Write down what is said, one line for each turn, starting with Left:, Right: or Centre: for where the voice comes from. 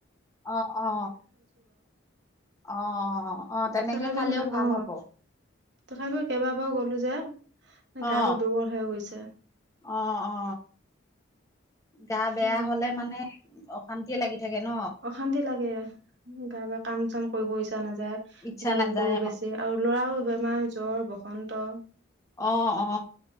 Left: অ, অ, অ, অ, অ, তেনেকে
Right: তথাপিও
Left: খালেও
Right: মানে
Left: ভাল
Right: অ
Left: হব।
Right: তথাপিও কেইবাবাৰো গ'লো যে
Left: অ
Right: গাটো দুৰ্বল হৈ গৈছে।
Left: অ, অ, গা বেয়া
Right: উম,
Left: হলে মানে শান্তিয়ে লাগি থাকে ন।
Right: অশান্তি লাগে গা বা কাম চাম কৰিব ইচ্ছা নাযায়
Left: ইচ্ছা
Right: গৰমতটো
Left: নাযায়
Right: বেছি। আৰু ল'ৰাও বেমাৰ জ্বৰ বসন্ত।
Left: অ, অ,